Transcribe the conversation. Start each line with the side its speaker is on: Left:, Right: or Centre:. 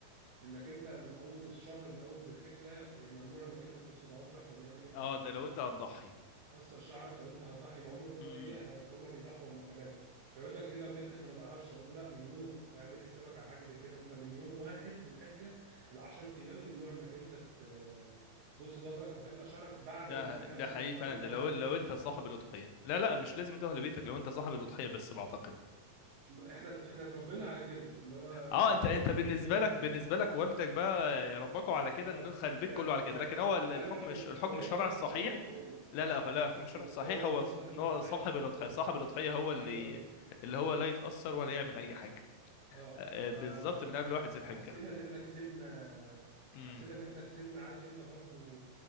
Right: انك انت من اول الشهر من اول ذي الحجه آه، ممنوع انك انت تقص ضوافرك ممنوع انك انت
Left: اه ده لو انت هتضحي
Right: قصر شعرك لو انت هتضحي ما هم بنبقى
Left: م-
Right: ايه هم بيضحوا هم كمان فيقول لك ايه ده بجد احنا ما نعرفش اقول له لا ممنوع اعمل حسابك على حاجه زي كده انت من يوم واحد ذي الحجه ال 10 ايام ممنوع انك انت ت- تقص ضفرك او تحلق شعرك بعد
Left: ده
Right: الاضحيه
Left: ده
Right: ان شاء
Left: حقيقي
Right: الله
Left: فعلا
Right: انت
Left: ده
Right: واهل
Left: لو لو
Right: بيتك
Left: انت صاحب الاضحيه لا لا مش لازم انت اهل بيتك لو انت صاحب الاضحيه بس بعتقد
Right: احنا احنا اتربينا على كده اللي هو
Left: اه انت انت
Right: كنا
Left: بالنسبه
Right: كلنا
Left: لك بالنسبه لك والدك بقى ربكوا على كده
Right: اه
Left: ان خ- البيت
Right: كان
Left: كله على
Right: اه
Left: كده لكن هو ال- الحكم
Right: انا
Left: الش-
Right: واخواتي
Left: الحكم الشرعي الصحيح
Right: وماما وهو
Left: لا
Right: اه
Left: لا لا الحكم
Right: ان
Left: الشرعي
Right: اللي
Left: الصحيح
Right: هو
Left: هو
Right: بس
Left: ص-
Right: صاحب
Left: ان
Right: الاضحيه
Left: هو صاحب
Right: فقط
Left: الاضحيه
Right: هو اللي
Left: صاحب الاضحيه هو اللي
Right: ايوه ايوه
Left: اللي هو لا يتاثر ولا يعمل اي حاجه
Right: اه
Left: آه،
Right: فحسينا
Left: آه، بالظبط من قبل واحد ذي الحجه
Right: ان احنا كسبنا
Left: امم
Right: حسينا ان احنا كسبنا عارف انت برضو